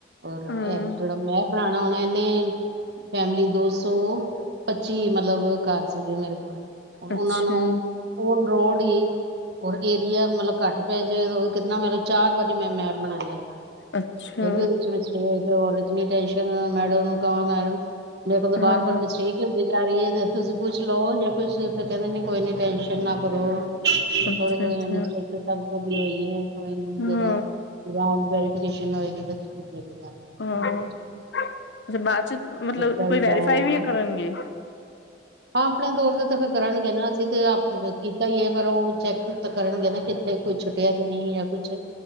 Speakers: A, on the right; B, on the left.
A: ਰ
B: ਹਾਂ,
A: ਇਹ ਜਿਹੜਾ ਮੈਂ ਬਣਾਣਾ ਹੋਣਾ ਇਹਨੇ ਫੈਮਿਲੀ ਦੋ ਸੌ ਪੱਚੀ ਮਤਲਬ ਘਰ ਸੀਗੇ ਮੇਰੇ ਕੋਲ ਉਹਨਾਂ
B: ਅੱਛਾ,
A: ਨੂੰ ਉਹ ਰੋੜੀ ਔਰ ਏਰੀਆ ਮਤਲਬ ਘੱਟ ਪੈ ਜੇ ਉਹ ਵੀ ਕਿਤਨਾ ਮਤਲਬ ਚਾਰ ਵਾਰੀ ਮੈਂ ਮੈਪ ਬਣਾਇਆ।
B: ਅੱਛਾ,
A: ਫਿਰ ਵੀ ਉਹਦੇ ਚ ਮਿਸਟੇਕ ਔਰ ਕਿਨੀ ਟੈਨਸ਼ਨ ਮੈਡਮ ਨੂੰ ਕਵਾ ਮੈਡਮ ਮੇਰੇ ਕੋਲ ਬਾਰ-ਬਾਰ
B: ਹਾਂ-ਹਾਂ,
A: ਮਿਸਟੇਕ ਹੀ ਹੁੰ ਮੇਰੀ ਦੇਰਾਣੀ ਜਾ ਰਹੀਏ ਤੁਸੀਂ ਪੁੱਛ ਲੋਓ ਜਾਂ ਕੁਛ ਫਿਰ ਕਹਿੰਦੇ ਨੇ ਕੋਈ ਨੀ ਟੈਸ਼ਨ ਨਾ ਕਰੋ।
B: ਅੱਛਾ-ਅੱਛਾ,
A: ਥੋੜੇ ਥੋੜੇ ਇੰਨਾ ਚੈੱਕ ਕਰ ਤੇ ਲਿਏ,
B: ਹਾਂ,
A: ਜਦੋਂ ਵੈਰੀਫਿਕੇਸ਼ਨ ਹੋਏਗੀ ਤੇ ਚਲੋ,
B: ਹਾਂ। ਅੱਛਾ ਬਾਅਦ ਚ ਮਤਲਬ
A: ਕਰੀ
B: ਕੋਈ ਵੈਰੀਫਾਈ
A: ਜਾਓ,
B: ਵੀ ਕਰਨਗੇ
A: ਹਾਂ ਆਪਣੇ ਤੌਰ ਤੇ ਤੇ ਫਿਰ ਕਰਨ ਟਲਨਗੇ ਨਾ, ਅਸੀਂ ਤੇ ਆਪ ਕੀਤਾ ਹੀ ਹੈ ਪਰ ਉਹ ਚੈੱਕ ਕਰਨਗੇ ਨਾ ਕਿੱਥੇ ਕੁਈ ਛੁੱਟਿਆ ਤੇ ਨਹੀਂ ਜਾਂ ਕੁਛ